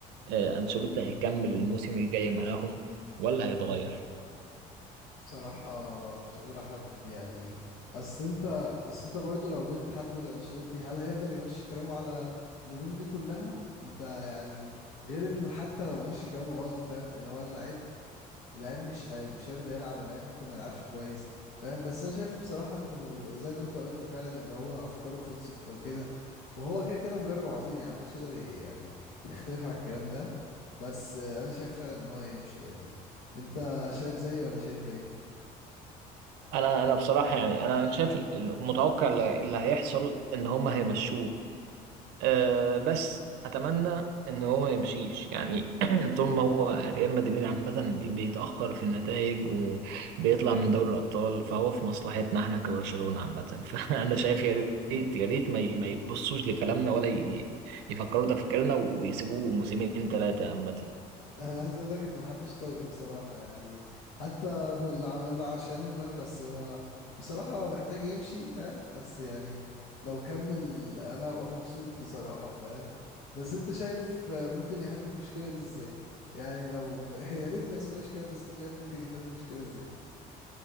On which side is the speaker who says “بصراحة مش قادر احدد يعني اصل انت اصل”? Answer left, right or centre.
Left